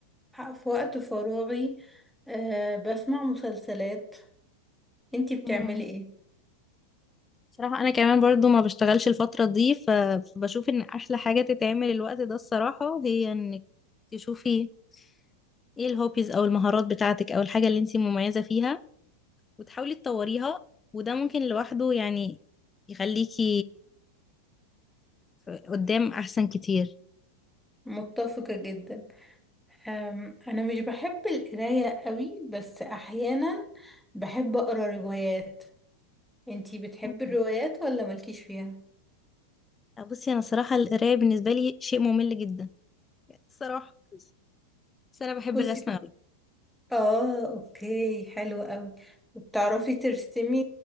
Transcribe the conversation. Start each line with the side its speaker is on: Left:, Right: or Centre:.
Centre: في وقت فراغي أه، بسمع مسلسلات انتي بتعملي
Left: مم.
Centre: ايه
Left: صراحة أنا كمان برضو ما بشتغلش الفترة دي ف- فبشوف إن أحلى حاجة تتعمل الوقت ده الصراحة هي إنك تشوفي ايه الهوبيز أو المهارات بتاعتك أو الحاجة اللي انتي مميزة فيها وتحاولي تطوريها وده ممكن لوحده يعني يخليكي ف- قدام أحسن كتير
Centre: متفقة جدا أم، انا مش بحب القرايه قوي بس احيانا بحب اقرا روايات انتي بتحبي
Left: مم.
Centre: الروايات ولا مالكيش فيها
Left: بصي أنا صراحة القراية بالنسبة لي شيء ممل جدا الصراحة بس أنا بحب
Centre: بصي
Left: الرسم
Centre: بس
Left: أوي
Centre: اه اوكي حلو قوي وبتعرفي ترسمي